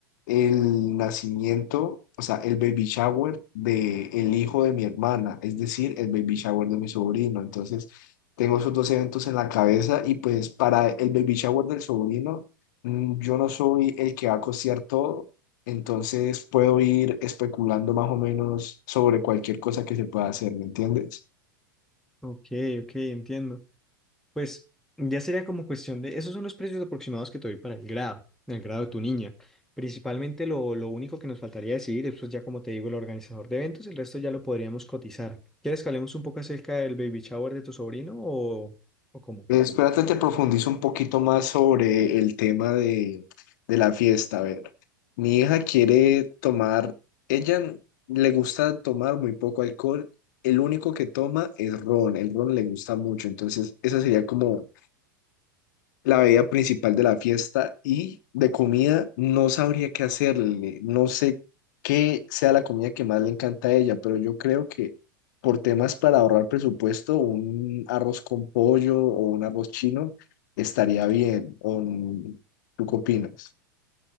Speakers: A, on the left; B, in the centre.
A: el nacimiento, o sea, el baby shower de el hijo de mi hermana, es decir, el baby shower de mi sobrino. Entonces, tengo esos dos eventos en la cabeza y pues para el baby shower del sobrino, mm, yo no soy el que va a costear todo. Entonces puedo ir especulando más o menos sobre cualquier cosa que se pueda hacer, ¿me entiendes?
B: Ok, ok, entiendo. Pues ya sería como cuestión de, esos son los precios aproximados que te doy para el grado, el grado de tu niña. Principalmente lo, lo único que nos faltaría decidir, eso es pues, ya como te digo, el organizador de eventos, el resto ya lo podríamos cotizar. ¿Quieres que hablemos un poco acerca del baby shower de tu sobrino o, o cómo?
A: Espérate, te profundizo un poquito más sobre el tema de, de la fiesta. A ver, mi hija quiere tomar, ella le gusta tomar muy poco alcohol, el único que toma es ron, el ron le gusta mucho, entonces esa sería como la bebida principal de la fiesta y de comida no sabría qué hacerle. No sé qué sea la comida que más le encanta a ella, pero yo creo que por temas para ahorrar presupuesto, un arroz con pollo o un arroz chino estaría bien. ¿O n- tú qué opinas?